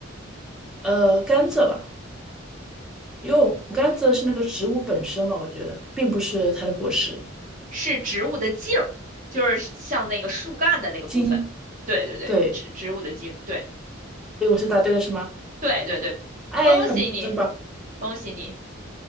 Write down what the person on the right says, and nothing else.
是植物的茎儿，就是像那个树干的那个部分。
对对对，
植植物的茎，对
对对对，
恭喜你，
恭喜你，